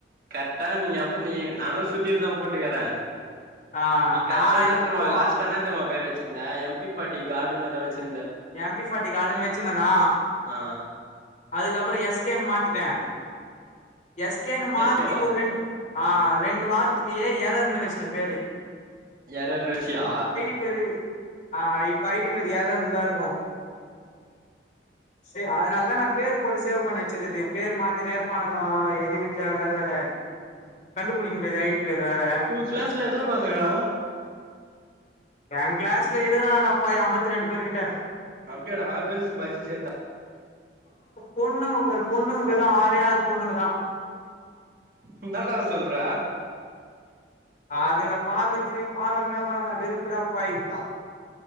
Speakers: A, on the right; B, on the left.
A: கர்ட்டா நீ எப்ப நீயி நானு சுத்திட்டு தா போட்டுக்கறே.
B: ஆ
A: நீ கஷ்ட்டா
B: நா
A: என்னா
B: எப்போ
A: தெர்மா லாஸ்ட்டா என்னா தெர்மா பேரு வெச்சிந்த எம் பி ஃபாட்டி காடுனு எதோ வெச்சிந்த.
B: எம் பி ஃபாட்டி காடுனு வெச்சிந்தானா?
A: ஆ
B: அதுக்கப்புறோ எஸ் கேன் மாத்திட்டே எஸ் கேனு மாத்தி
A: எஸ் கே வா
B: ஒர் ரெண் ஆ அது ரெண்டு வார்த்துலியே எரர்னு வெச்ட்டே பேரு.
A: எரரர்னு வெச்சியா?
B: ப்பெழுதி ஆ இப்ப ஐ டி பேரு எரர்னுதாருக்கு. சே அதுனால்தா நா பேர் போட்டு சேவ் பண்ணி வெச்சிர்றது பேரு மாத்தினே இருப்பானுங்கோ எதுக்கு தேவ இல்லாத வேல.
A: ம்.
B: கண்டுபுடிக்க முடியாது ஐ டி பேர் வேற.
A: கிளாஸ்ல எத்தன பசங்கடா?
B: ஏ கிளாஸ்ல இருகரானுங்கடாப்பா எ அம்பத்திரெண்டு பேரு கிட்ட.
A: அப்டியாடா கேள்ஸு பாய்ஸு சேத்தா?
B: பொண்ணுங்கபரு பொண்ணுங்க வெறு ஆறே ஆறு பொண்ணுங்கதா.
A: இன்னாடா சொல்ற.
B: அதுங்ள பாக்கத்துக்கு நீ பாக்காமலே ஒக்காரலான்டா வெறுப்புடாப்பா ஏய்